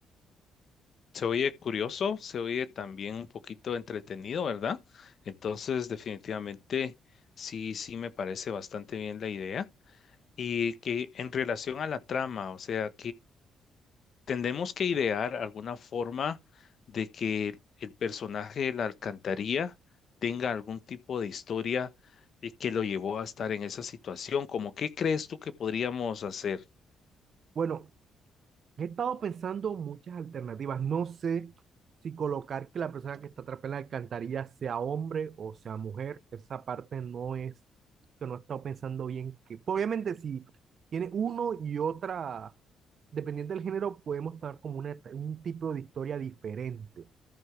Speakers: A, on the left (about 55°); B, on the right (about 55°).
A: Se oye curioso, se oye también un poquito entretenido, ¿verdad? Entonces, definitivamente, sí, sí me parece bastante bien la idea. Y que en relación a la trama, o sea, Tendemos que idear alguna forma de que el personaje de la alcantarilla tenga algún tipo de historia eh, que lo llevó a estar en esa situación. ¿Cómo qué crees tú que podríamos hacer?
B: Bueno, He estado pensando muchas alternativas. No sé si colocar que la persona que está atrapada en la alcantarilla sea hombre o sea mujer. Esa parte no es, que no he estado pensando bien. Que, pues, obviamente, si tiene uno y otra, dependiendo del género, podemos tomar como una, un tipo de historia diferente.